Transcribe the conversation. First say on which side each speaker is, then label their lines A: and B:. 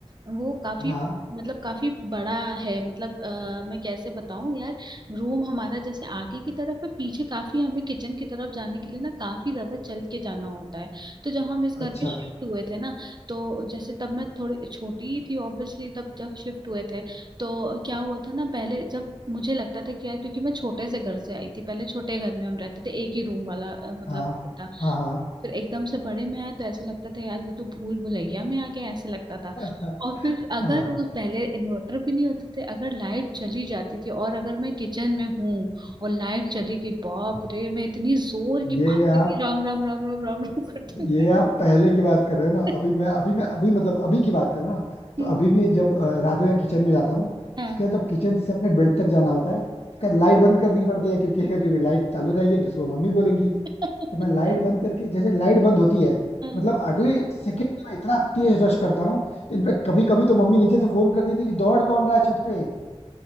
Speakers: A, on the right; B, on the left.
A: वो काफी
B: हाँ
A: मतलब काफी बड़ा है मतलब अ, मैं कैसे बताऊं यार रूम हमारा जैसे आगे की तरफ है पीछे काफी हमें किचन की तरफ जाने के लिए ना काफी ज्यादा चल के जाना होता है तो जब हम इस घर
B: अच्छा
A: पे शिफ्ट हुए थे ना तो जैसे तब मैं थोड़ी छोटी ही थी ऑब्वियसली तब जब शिफ्ट हुए थे तो क्या हुआ था ना पहले जब मुझे लगता था कि यार क्योंकि मैं छोटे से घर से आई थी पहले छोटे घर में हम रहते थे एक ही रूम वाला अ, मतलब
B: हाँ
A: था
B: हाँ हाँ
A: फिर एकदम से बड़े में आए तो ऐसा लगता था यार ये तो भूल भुलैया में आ गया ऐसे लगता था
B: हाँ
A: और फिर अगर
B: हाँ।
A: उस पहले इन्वर्टर भी नहीं होते थे अगर लाइट चली जाती थी और अगर मैं किचन में हूँ और लाइट चली गई बाप रे मैं इतनी जोर की
B: ये
A: भागती
B: आप
A: थी राम राम राम राम राम राम करते
B: ये आप पहले की बात कर रहे हो ना
A: हुए
B: अभी मैं अभी मैं अभी मतलब अभी की बात करूँ ना
A: <laughs>
B: तो अभी भी जब अ, रात में किचन में जाता हूँ
A: हाँ
B: उसके जब किचन से अपने बेड तक जाना होता है उसका लाइट बंद करनी पड़ती है क्योंकि क्योंकि लाइट चालू रहेगी तो सुबह मम्मी बोलेंगी
A: <laughs>
B: तो मैं लाइट बंद करके जैसे लाइट बंद होती है
A: हाँ
B: मतलब अगले सेकंड में इतना तेज रश करता हूँ इनफैक्ट कभी कभी तो मम्मी नीचे से फोन करती थी कि दौड़ कौन रहा है छत पे